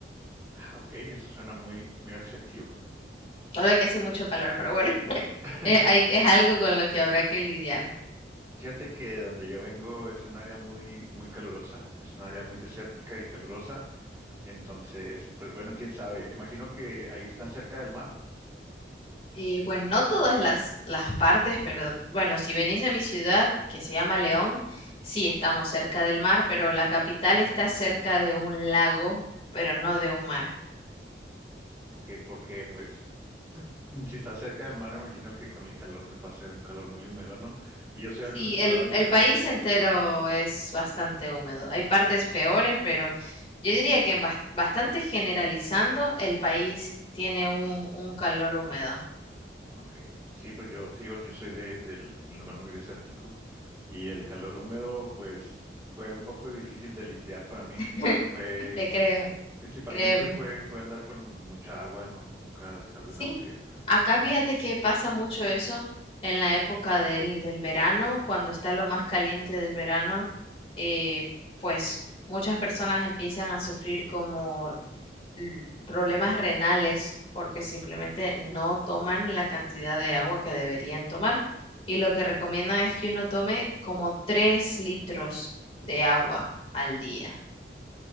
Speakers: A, on the right; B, on the left.
A: Ah, ok, eso suena muy, muy atractivo.
B: Solo que hace mucho calor, pero bueno, <laughs>
A: <laughs>
B: es, hay- es algo con lo que habrá que lidiar.
A: Fíjate que de donde yo vengo es un área muy, muy calurosa, es un área muy desértica y calurosa, entonces, pues bueno, quién sabe, imagino que ahí están cerca del mar,
B: Eh, bueno, no todas las, las partes, pero bueno, si venís a mi ciudad, que se llama León, sí estamos cerca del mar, pero la capital está cerca de un lago, pero no de un mar.
A: ok, porque pues <clears throat> si está cerca del mar, imagino que con el calor pues va a ser un calor muy húmedo, ¿no? Y yo soy
B: Sí,
A: acostumbrado
B: el,
A: al
B: el
A: calor
B: país
A: seco,
B: entero es bastante húmedo. Hay partes peores, pero yo diría que en bas- bastante generalizando, el país tiene un, un calor húmedo.
A: ok, sí, pues yo, te digo, yo soy de, del lugar muy desértico y el calor húmedo pues fue un poco difícil de lidiar para mí,
B: <laughs>
A: o sea, fue
B: Te creo,
A: Principalmente
B: créeme.
A: fue, fue andar con mucha agua, no, nunca dejar de
B: Sí,
A: una botella al,
B: acá
A: al lado.
B: fíjate que pasa mucho eso en la época del, del verano, cuando está lo más caliente del verano, eh, pues muchas personas empiezan a sufrir como l- problemas renales porque simplemente no toman la cantidad de agua que deberían tomar. Y lo que recomiendan es que uno tome como 3 litros de agua al día